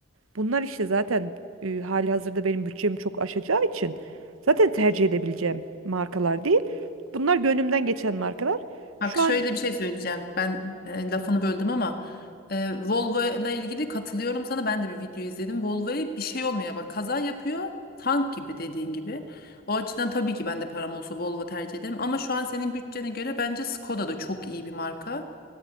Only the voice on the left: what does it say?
Bak
şöyle
bir şey söyleyeceğim. Ben e, lafını böldüm ama e, Volvo ile ilgili katılıyorum sana. Ben de bir video izledim. Volvo'ya bir şey olmuyor. Bak kaza yapıyor. Tank gibi dediğin gibi. O açıdan tabii ki ben de param olsa Volvo tercih ederim. Ama şu an senin bütçene göre bence Skoda da çok iyi bir marka.